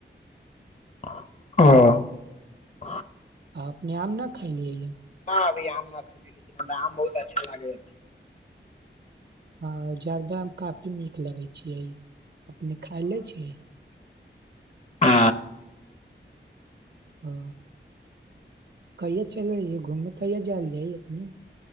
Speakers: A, on the left (about 35°); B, on the right (about 55°).
A: ह
B: आ अपने आम न खा लियै या
A: ना अभी आम न खली लेकिन हमरा आम बहुत अच्छा लागे
B: हँ जर्दामे काफी नीक लगै छियै अपने खाए लै छियै
A: आ
B: ओ कहिया चले हय घूमे कहिया जाल जाइ अपने